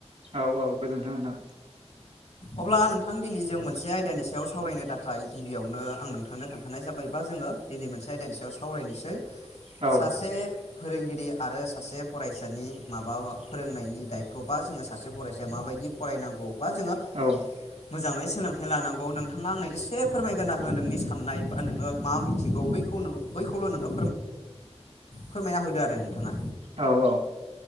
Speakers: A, on the right; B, on the left.
A: औ औ गोजोन्थों नोंथां।
B: अब्ला नोंथां दिनै जों मोनसे आयदानि सायाव सावरायनो थाखाय गिबियावनो आं नोंथांनो खोन्थानाय जाबाय। बा जोंङो दिनै मोनसे आयदानि सायाव सावरायनोसै
A: औ
B: सासे फोरोंगिरि आरो सासे फरायसानि माबा फोरोंनायनि दायथ' बा जोंङो सासे फरायसाया माबायदि? फरायनांगौ बा जोंङो
A: औ
B: मोजाङै सोलोंथाइ लानांगौ नोंथाङा आंनो एसे फोरमायना हो नोंनि साननाय बा नोङो मा मिथिगौ <unintelligible> बैखौल' नोङो फोरमायना होदो आरो नोंथाङा।
A: औ